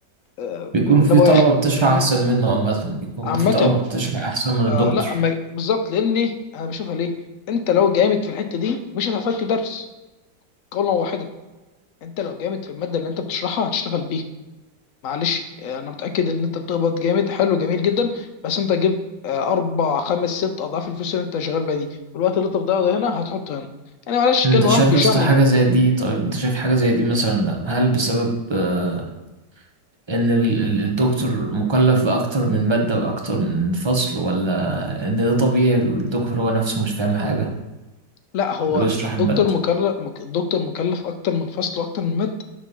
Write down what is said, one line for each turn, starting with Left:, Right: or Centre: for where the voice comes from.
Left: آه،
Right: بيكون
Left: من
Right: في
Left: ابو
Right: طلبة
Left: اخر
Right: بتشرح
Left: فاهمني
Right: أحسن منه عامة بيكون
Left: عامه
Right: في طلبة بتشرح أحسن من
Left: آه
Right: الدكتور
Left: لا أما- بالظبط لان ليه؟ انا بشوفها ليه انت لو جامد في الحته دي مش هتحتاج تدرس قولا واحدا انت لو جامد في الماده اللي انت بتشرحها هتشتغل بيها معلش آه، انا متاكد ان انت بتقبض جامد حلو جميل جدا بس انت جيب آه، اربع خمس ست اضعاف الفلوس اللي انت شغال بيها دي والوقت اللي انت بتضيعه ده هنا هتحطه هنا انا معلش
Right: أنت
Left: كلمه
Right: شايف
Left: واحد بيشرح
Right: يا اسطى
Left: لي
Right: حاجة زي دي طيب أنت شايف حاجة زي دي مثلا هل بسبب آه، إن ال- ال- الدكتور مكلف بأكتر من مادة وأكتر من فصل ولا إن ده طبيعي والدكتور هو نفسه مش فاهم حاجة
Left: لا هو
Right: اللي بيشرح
Left: الدكتور
Right: المادة
Left: مكلف مك- الدكتور مكلف اكتر من فصل واكتر من ماده